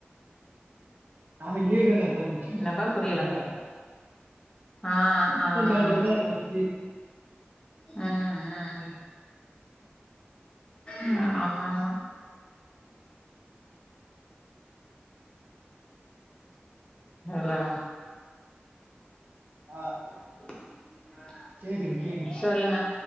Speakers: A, on the right (about 50°); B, on the left (about 25°).
A: நாளைக்கு லீவ் தானே கெவர்மெண்ட் ஹாலிடே
B: என்னப்பா புரியல
A: என்ன வேல
B: ஆ ஆம்மா
A: ஹாலிடே
B: ஆம்மா
A: இல்ல, நாளைக்கு லீவ்.
B: ம் ம்
A: இன்னைக்கு
B: ம் ஆமா ஆமா ஹலோ
A: ஆ
B: அ
A: கேக்குது கேக்குது
B: சொல்லுங்க